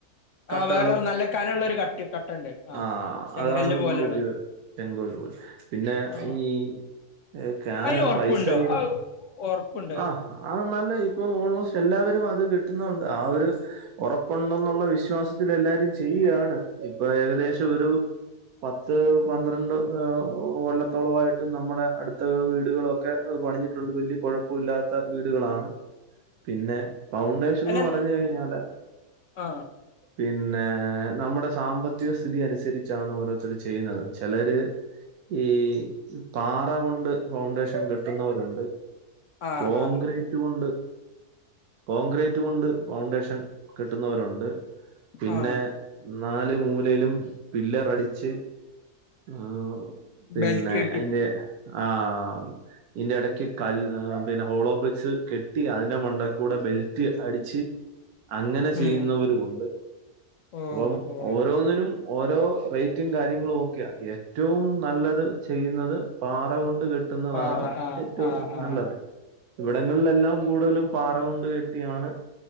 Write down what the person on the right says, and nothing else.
കട്ടകളു
ആഹ്
അതാണ്
കൂടുതല് ഉപയോ <unintelligible> പിന്നെ
ഈ ഏഹ്
<unintelligible>
പൈസ <unintelligible>
ആഹ് ആഹ് നല്ലെ ഇപ്പൊ ഓൾമോസ്റ്റ് എല്ലാവരും അത് കിട്ട്ന്നോണ്ട് ആ ഒരു ഒറപ്പുണ്ടെന്നുള്ള വിശ്വാസത്തില് എല്ലാരും ചെയ്യ്യാണ് ഇപ്പൊ ഏകദേശം ഒരു പത്ത് പന്ത്രണ്ട് ഏഹ് ഓഹ് കൊല്ലത്തോളവായി റ്റും നമ്മടെ അട്ത്ത വീടുകളൊക്കെ പണിഞ്ഞിട്ടുണ്ട് വല്ല്യ കൊഴപ്പ ഇല്ലാത്ത വീടുകളാണ് പിന്നെ പൗണ്ടേഷൻന്ന്
പറഞ്ഞ് കഴിഞ്ഞാല്
പിന്നെ നമ്മടെ സാമ്പത്തിക സ്ഥിതി അന്സരിച്ചാണ് ഓരോരുത്തര് ചെയ്യുന്നത് ചെലര് ഈ ഉം പാറ കൊണ്ട് ഫൗണ്ടേഷൻ കെട്ടുന്നവരുണ്ട്
കോൺക്രീ
റ്റ് കൊണ്ട് കോൺക്രീറ്റ് കൊണ്ട് പൗണ്ടേഷൻ കെട്ട്ന്നവരുണ്ട് പിന്നെ
നാല് മൂലയിലും ഫില്ലറടിച്ച് ആഹ് പിന്നെ
അയിന്റെ ആഹ് ഇയിന്റെ എടയ്ക്ക് കല് ആഹ് പിന്നെ ഹോളോ ബ്രിക്സ് കെട്ടി അയിന്റെ മണ്ടക്കൂടെ ബെൽറ്റ് അടിച്ച് അങ്ങനെ ചെയ്യുന്നവരും
ഉണ്ട്
അപ്പം
ഓരോന്നിനും ഓരോ റേറ്റും കാര്യങ്ങളും ഒക്കെയാ ഏറ്റവും നല്ലത് ചെയ്യ്ന്നത് പാറ കൊണ്ട് കെ കെട്ടുന്നതാണ്
ഏറ്റവും
നല്ലത് ഇവട്ങ്ങള്ലെല്ലാം കൂടുതലും പാറ കൊണ്ട് കെട്ടിയാണ്